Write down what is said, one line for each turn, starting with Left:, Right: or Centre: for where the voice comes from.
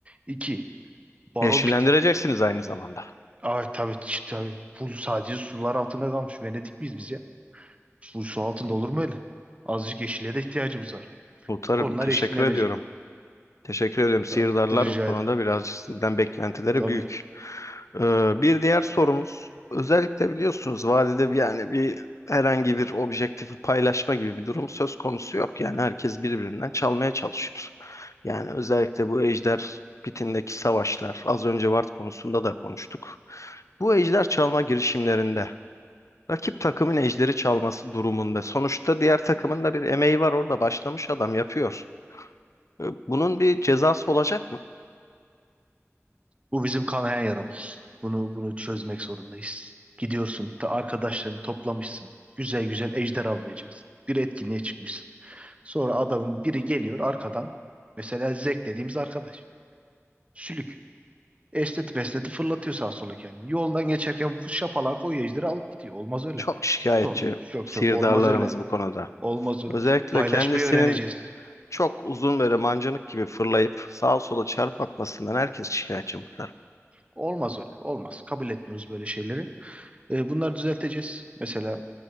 Right: İki. Baron
Left: Yeşillendireceksiniz
Right: piti.
Left: aynı zamanda.
Right: Ay tabii ç- tabii. Full sadece sular altında kalmış. Venedik miyiz biz ya? Full su altında olur mu öyle? Azıcık yeşile de ihtiyacımız var.
Left: Muhtarım
Right: Onlar
Left: teşekkür
Right: yeşillenecek.
Left: ediyorum. Teşekkür ederim. Sihirdarlar
Right: Tabii de rica
Left: bu konuda
Right: ederim.
Left: birazcık sizden beklentileri
Right: Tabii.
Left: büyük. Ee, bir diğer sorumuz, özellikle biliyorsunuz vadide bir yani bir herhangi bir objektifi paylaşma gibi bir durum söz konusu yok. Yani herkes birbirinden çalmaya çalışıyor. Yani özellikle bu Ejder Pitindeki savaşlar, az önce Vart konusunda da konuştuk. Bu ejder çalma girişimlerinde rakip takımın ejderi çalması durumunda sonuçta diğer takımın da bir emeği var orada başlamış adam yapıyor. Ee, Bunun bir cezası olacak mı?
Right: Bu bizim kanayan yaramız. Bunu bunu çözmek zorundayız. Gidiyorsun, ta arkadaşlarını toplamışsın. Güzel güzel ejder avlayacaksın. Bir etkinliğe çıkmışsın. Sonra adamın biri geliyor arkadan. Mesela Zek dediğimiz arkadaş. Sülük. Esneti besneti fırlatıyor sağa sola kendini. Yoldan geçerken şapalağa koyuyor ejderi alıp gidiyor. Olmaz öyle.
Left: Çok şikayetçi
Right: Zor. Çok
Left: sihirdarlarımız
Right: çok. Olmaz öyle.
Left: bu konuda.
Right: Olmaz öyle.
Left: Özellikle
Right: Paylaşmayı
Left: kendisinin
Right: öğreneceğiz.
Left: çok uzun böyle mancınık gibi fırlayıp sağa sola çarp atmasından herkes şikayetçi muhtarım.
Right: Olmaz öyle. Olmaz. Kabul etmiyoruz böyle şeyleri. E, bunları düzelteceğiz. Mesela